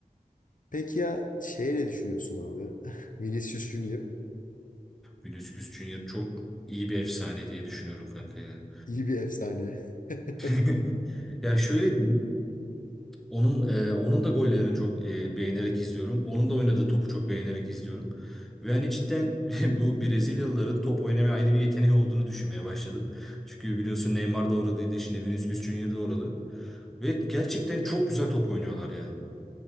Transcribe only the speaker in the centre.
Vinicius Junior çok iyi bir efsane diye düşünüyorum kanka ya.
<laughs> Ya şöyle diyeyim. Onun e, onun da gollerini çok e, beğenerek izliyorum. Onun da oynadığı topu çok beğenerek izliyorum. Ve hani cidden <laughs> bu Brezilyalıların top oynamaya ayrı bir yeteneği olduğunu düşünmeye başladım. Çünkü biliyorsun Neymar da oradaydı. Şimdi Vinicius Junior da oralı. Ve gerçekten çok güzel top oynuyorlar ya.